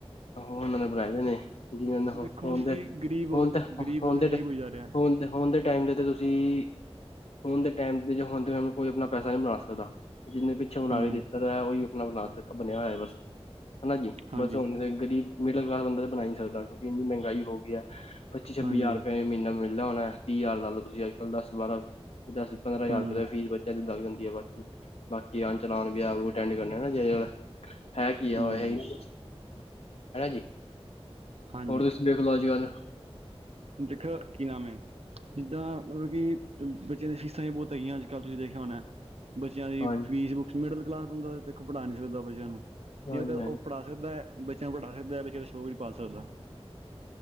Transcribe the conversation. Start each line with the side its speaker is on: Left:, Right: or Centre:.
Left: ਉਹਨਾਂ ਨੇ ਬਣਾਏ ਦੇ ਨੇ। ਜਿਵੇਂ ਹੁਣ
Right: ਦੇਖੋ ਮਤਲਬ
Left: ਦੇ
Right: ਕਿ ਗਰੀਬ
Left: ਹੁਣ
Right: ਔਰ ਗਰੀਬ ਔਰ
Left: ਦੇ
Right: ਗਰੀਬ
Left: <unintelligible>
Right: ਹੋਈ ਜਾ ਰਿਹਾ।
Left: ਹੁਣ ਦੇ, ਹੁਣ ਦੇ ਟਾਈਮ ਚ ਤੇ, ਤੇ ਤੁਸੀਂ ਹੁਣ ਦੇ ਟਾਈਮ ਚ ਜਾਂ ਹੁਣ ਕੋਈ ਆਪਣਾ ਪੈਸਾ ਨਹੀਂ ਬਣਾ ਸਕਦਾ ਜਿੰਨੇ ਪਿੱਛੋਂ ਬਣਾ
Right: ਹੂੰ
Left: ਕੇ ਦਿੱਤਾ ਦਾ, ਉਹੀ ਵੀ ਆਪਣਾ ਬਣਾ ਬਣਿਆ ਹੋਇਆ ਬਸ ਹੈਨਾ ਜੀ
Right: ਹਾਂਜੀ
Left: ਬਸ ਹੁਣ ਤੇ ਗਰੀਬ ਮਿਡਲ ਕਲਾਸ ਬੰਦਾ ਤੇ ਬਣਾ ਈ ਨੀ ਸਕਦਾ, ਕਿਉਂਕਿ ਇੰਨੀ ਮਹਿੰਗਾਈ ਹੋ ਗਈ ਐ ਪੱਚੀ ਛੱਬੀ
Right: ਹਾਂਜੀ
Left: ਹਜ਼ਾਰ ਰੁਪਏ ਐਵੈਂ ਮਹੀਨਾ ਮਿਲਦਾ ਹੋਣਾ। ਤੀਹ ਹਜ਼ਾਰ ਲਾ ਲਓ ਤੁਸੀਂ ਅੱਜ ਕੱਲ ਦਸ ਬਾਰਾਂ, ਦਸ ਪੰਦਰਾਂ ਹਜ਼ਾਰ
Right: ਹੂੰ
Left: ਰੁਪਏ ਤੇ ਫੀਸ ਬੱਚਿਆਂ ਦੀ ਲੱਗ ਜਾਂਦੀ ਆ ਬਾਕੀ ਬਾਕੀ ਆਣ ਚਲਾਣ, ਵਿਆਹ ਵੂਹ ਅਟੈਂਡ ਕਰਨੇ ਆ ਹੈਨਾ, ਹੈ ਕੀ ਆ
Right: ਹੂੰ
Left: ਹੈ ਈ ਨੀ ਕੁੱਛ। ਹੈਨਾ ਜੀ,
Right: ਹਾਂਜੀ
Left: ਹੋਰ ਤੁਸੀਂ ਵੇਖਲੋ ਅੱਜ ਕੱਲ
Right: ਦੇਖੋ, ਕੀ ਨਾਮ ਏ? ਜਿੱਦਾਂ ਮਤਲਬ ਕਿ ਬੱਚਿਆਂ ਦੀਆਂ ਫੀਸਾਂ ਵੀ ਬਹੁਤ ਹੈਗੀਆਂ, ਅੱਜ ਕੱਲ੍ਹ ਤੁਸੀਂ ਦੇਖਿਆ ਹੋਣਾ। ਬੱਚਿਆਂ ਦੀ
Left: ਹਾਂਜੀ
Right: ਫੀਸ, ਬੁੱਕਸ ਮਿਡਲ ਕਲਾਸ ਬੰਦਾ ਤੇ ਦੇਖੋ ਪੜ੍ਹਾ ਈ ਨੀ ਸਕਦਾ ਬੱਚਿਆਂ ਨੂੰ
Left: ਹਾਂਜੀ
Right: ਜਾਂ ਤਾਂ ਉਹ ਪੜਾ ਸਕਦਾ ਹੈ ਬੱਚਿਆਂ ਨੂੰ ਪੜ੍ਹਾ ਸਕਦਾ, ਬੱਚਿਆਂ ਦਾ ਸ਼ੋਕ ਨੀ ਪਾਲ ਸਕਦਾ